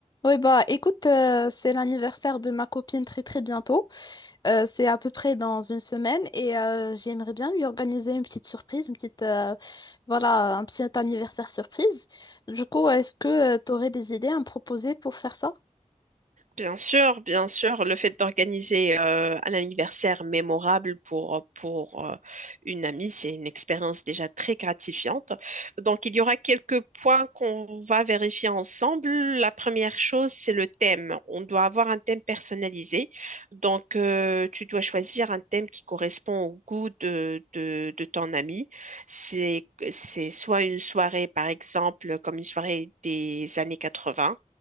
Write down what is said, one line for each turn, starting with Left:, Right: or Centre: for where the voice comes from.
Left: Oui, bah écoute, euh, c'est l'anniversaire de ma copine très très bientôt. Euh, c'est à peu près dans une semaine et euh, j'aimerais bien lui organiser une petite surprise, une petite, euh, voilà, un petit anniversaire surprise. Du coup, est-ce que euh, tu aurais des idées à me proposer pour faire ça?
Right: Bien sûr, bien sûr, le fait d'organiser euh, un anniversaire mémorable pour, pour euh, une amie, c'est une expérience déjà très gratifiante. Donc, il y aura quelques points qu'on va vérifier ensemble. La première chose, c'est le thème. On doit avoir un thème personnalisé. Donc, euh, tu dois choisir un thème qui correspond au goût de, de, de ton amie. C'est, c'est soit une soirée, par exemple, comme une soirée des années 80